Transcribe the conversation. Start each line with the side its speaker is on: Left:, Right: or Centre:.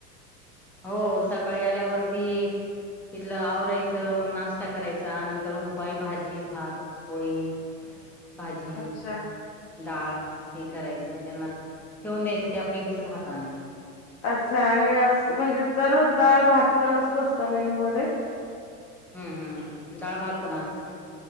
Centre: हो सकाळी आल्यावरती तिथलं आवरायचं मग नाश्ता करायचा नंतर दुपारी भाजी भात पोळी भाजी
Left: अच्छा
Centre: डाळ हे करायचं त्यांना ठेवून द्यायचं ते आपल्या घेतात हाताने
Left: अच्छा म्हणजे दररोज डाळ भात पण असतोच का मेन्यू मध्ये
Centre: हम्म हम्म डाळ भात पण असतो